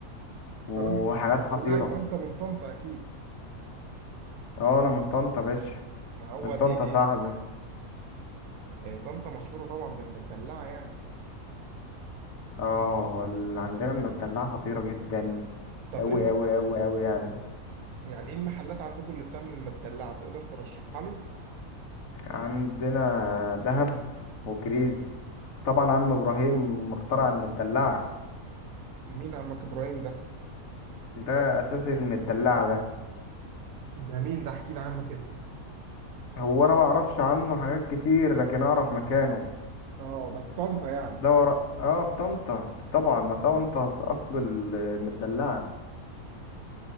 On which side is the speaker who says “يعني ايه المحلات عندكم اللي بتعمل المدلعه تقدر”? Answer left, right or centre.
Right